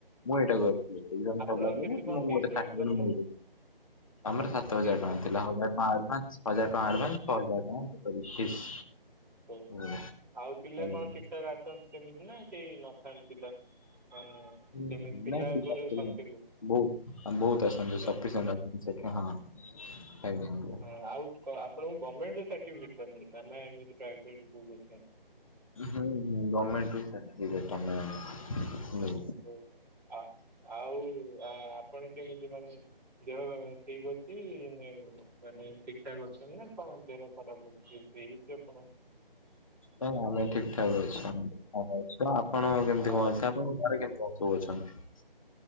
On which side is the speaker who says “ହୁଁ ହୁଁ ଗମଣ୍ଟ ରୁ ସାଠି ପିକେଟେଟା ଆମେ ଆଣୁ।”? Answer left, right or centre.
Left